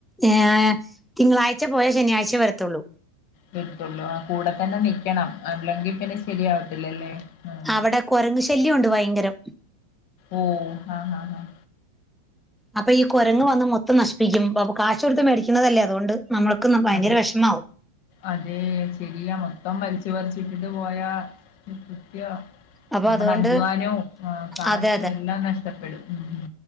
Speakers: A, in the centre; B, on the left.
A: ഏ തിങ്കളാഴ്ച പോയാ ശനിയാഴ്ച വരത്തുള്ളൂ.
B: വരുത്തുള്ളൂ ആ കൂടെ തന്നെ നിക്കണം അല്ലെങ്കി പിന്നെ ശരിയാവത്തില്ലല്ലേ ആഹ്
A: അവടെ കൊരങ് ശല്യം ഉണ്ട് ഭയങ്കരം.
B: ഏ ആ ഹ ഹ. ഹ
A: അപ്പ ഈ കൊരങ്ങ് വന്ന് മൊത്തം നശിപ്പിക്കും ബപ്പൊ കാശൊട്ത്ത് മേടിക്കുന്നതല്ലേ അതുകൊണ്ട് നമ്മൾക്ക്ന്ന് ഭയങ്കര
B: അതെ
A: വെ്ഷ്മാവും.
B: അതെ ശരിയാ മൊത്തം വൽച് പർച്ചിട്ടിട്ട് പോയ നിത്യ
A: അപ്പൊ
B: നമ്മടെ
A: അതുകൊണ്ട്
B: അധ്വാനവും കാശും
A: അതെ
B: എല്ലാ നഷ്ടപ്പെടും. ഉം